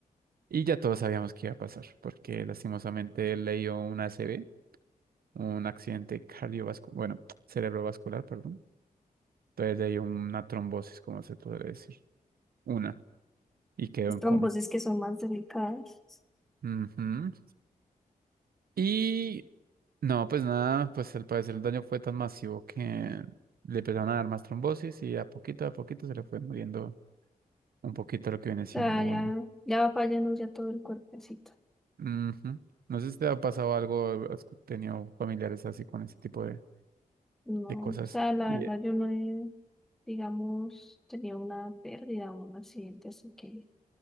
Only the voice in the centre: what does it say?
las
trombosis
que son más delicadas.
O sea, ya, ya va fallando ya todo el cuerpecito.
No,
o sea, la
verdad
yo no he, digamos, tenido una pérdida o un accidente, así que